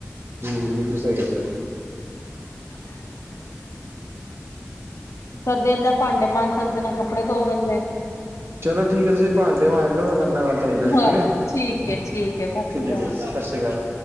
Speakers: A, on the right; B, on the left.
A: ਹੂੰ, ਬਿਲਕੁਲ ਸਈ ਕੈ ਤਾ ਜੀ।
B: <inaudible> ਸਰਦੀਆਂ 'ਚ ਨਾ ਭਾਂਡੇ ਮਾਂਝ ਸਕਦੇ, ਨਾ ਕੱਪੜੇ ਧੋ ਸਕਦੇ।
A: ਚਲੋ ਠੀਕ ਏ ਫਿਰ। ਪਾਂਡੇ ਮਾਂਜ ਲੋ ਫੇਰ ਕਰਨਾ ਗੱਲ ਤੁਆਡੇ ਨਾਲ,
B: ਹਾਂ
A: ਠੀਕ ਏ।
B: ਠੀਕ ਹੈ ਠੀਕ ਹੈ ਸਤਿ
A: ਠੀਕ
B: ਸ੍ਰੀ ਅਕਾਲ
A: ਐ ਜੀ, ਸਸ ਸ੍ਰੀ ਕਾਲ।